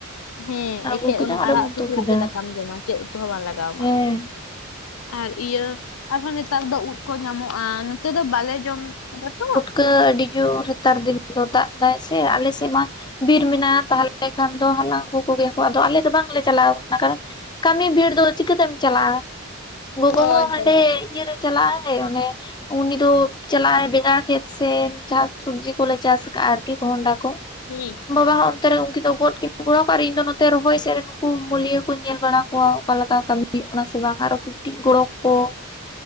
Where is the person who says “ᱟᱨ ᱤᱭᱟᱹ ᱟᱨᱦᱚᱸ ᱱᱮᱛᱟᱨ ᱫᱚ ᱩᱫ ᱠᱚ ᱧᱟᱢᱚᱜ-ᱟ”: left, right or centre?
Left